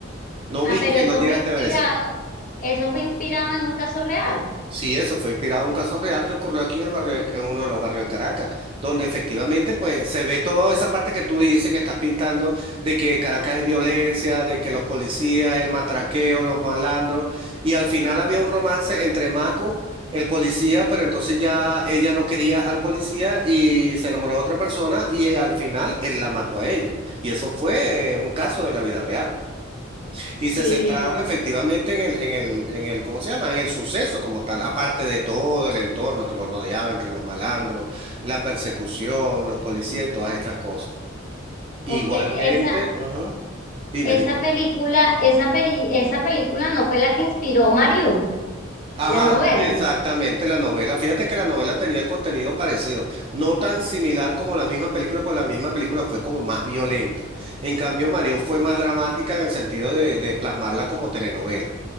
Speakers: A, on the right; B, on the left.
A: ¿No
B: ah,
A: viste,
B: pero eso
A: no llegaste
B: fue inspirado,
A: a ver esa?
B: eso fue inspirado en un caso real.
A: Sí, eso fue inspirado en un caso real que ocurrió aquí en el barrio, de- en uno de los barrios de Caracas, donde efectivamente pues se ve toda esa parte que tú dices que estás pintando de que Caracas es violencia, de que los policías, el matraqueo, los malandros, y al final había un romance entre Maco, el policía, pero entonces ya ella no quería al policía y se enamoró de otra persona y eh, al final él la mató a ella. Y eso fue eh, un caso de la vida real.
B: Sí,
A: Y se centraron efectivamente en el, en el, en el, ¿cómo se llama? En el suceso como tal, aparte de todo el entorno que lo rodeaba entre los malandros, la persecución, los policías y todas estas cosas.
B: ok,
A: Igualmente,
B: esa,
A: ajá, Dime,
B: Esa
A: dime.
B: película, esa peri- esa película no fue la que inspiró Mario,
A: Ajá,
B: la novela.
A: exactamente, la novela. Fíjate que la novela tenía el contenido parecido, no tan similar como la misma película, pues la misma película fue como más violenta. En cambio, Mario fue más dramática en el sentido de de plasmarla como telenovela.